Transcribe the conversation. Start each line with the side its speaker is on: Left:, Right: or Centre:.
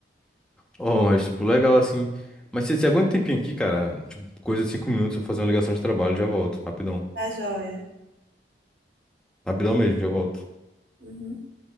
Centre: Oh, mas, tipo, legal assim. Mas você, você aguenta um tempinho aqui, cara? Tipo, coisa de cinco minutos, eu vou fazer uma ligação de trabalho, já volto. Rapidão.
Right: Tá joia.
Centre: Rapidão mesmo, já volto.
Right: Uhum.